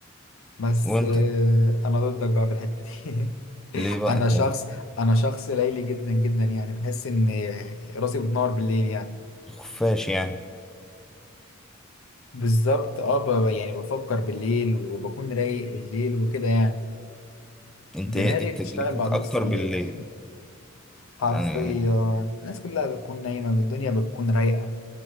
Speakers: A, on the left; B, in the centre.
A: بس
B: وانت
A: آه، انا ضدك بقى في الحتة دي <laughs>
B: ليه بقى
A: انا
B: انت
A: شخص انا شخص ليلي جدا جدا يعني بحس ان راسي بتنور بالليل يعني
B: خفاش يعني
A: بالظبط اه ب- يعني بفكر بالليل وبكون رايق بالليل وكده يعني
B: انت
A: دماغي
B: انتاجيتك
A: بتشتغل بعد نص
B: اكتر
A: الليل
B: بالليل
A: حرفيا
B: يعني
A: الناس كلها بتكون نايمة الدنيا بتكون رايقة